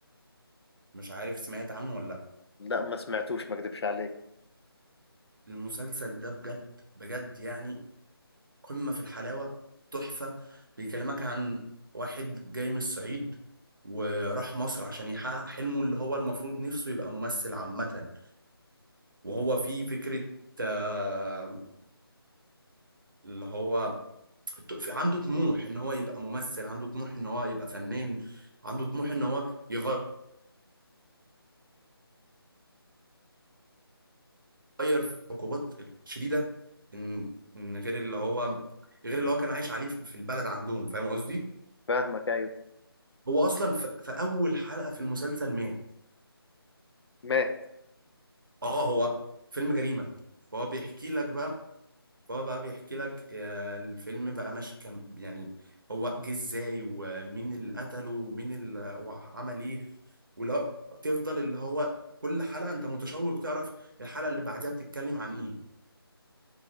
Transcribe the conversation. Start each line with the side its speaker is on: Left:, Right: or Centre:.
Right: مش عارف سمعت عنه ولا
Left: لا ما سمعتوش ما اكدبش عليك
Right: المسلسل ده بجد بجد يعني قمة في الحلاوة تحفة بيكلمك عن واحد جاي من الصعيد وراح مصر عشان يحقق حلمه اللي هو المفروض نفسه يبقى ممثل عامة وهو في فكرة آه، اللي هو ت- عنده طموح ان هو يبقى ممثل عنده طموح ان هو يبقى فنان عنده طموح ان هو يغير في عقوبات شديدة ان إن غير اللي هو غير اللي هو كان عايش عليه في البلد عندهم فاهم قصدي؟
Left: فاهمك ايوه
Right: هو اصلا في, في اول حلقه في المسلسل مات
Left: مات
Right: اه هو فيلم جريمه فهو بيحكي لك بقى فهو بقى بيحكي لك آه، الفيلم بقى ماشي كان يعني هو جه ازاي ومين اللي قتله ومين اللي وعمل ايه ولا بتفضل اللي هو كل حلقه انت متشوق تعرف الحلقه اللي بعدها بتتكلم عن ايه